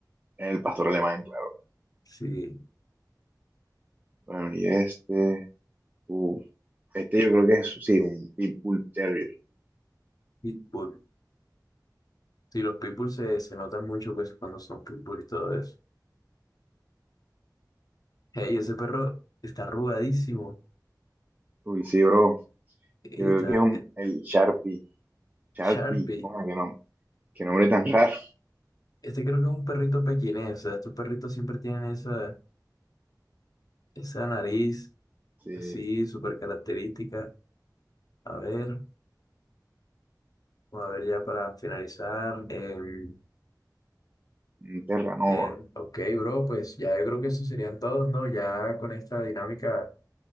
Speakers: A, on the right; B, on the left.
A: El pastor alemán, claro.
B: Sí,
A: Bueno, y este... uf, Este yo creo que es, sí, un Pitbull Terrier.
B: Pitbull. Sí, los Pitbull se, se notan mucho pues, cuando son Pitbull y todo eso. Hey, ese perro está arrugadísimo.
A: Uy, sí, bro.
B: Y
A: Yo creo
B: Está
A: que es un,
B: eh,
A: el Sharpie. Sharpie,
B: Sharpie.
A: oh, qué nombre, qué nombre tan raro.
B: Este creo que es un perrito pequinés. O sea, estos perritos siempre tienen esa, esa nariz
A: Sí,
B: así, súper característica. A ver, a ver ya para finalizar. em,
A: un Terranova.
B: eh, ok, bro, pues ya yo creo que eso serían todos, ¿no? Ya con esta dinámica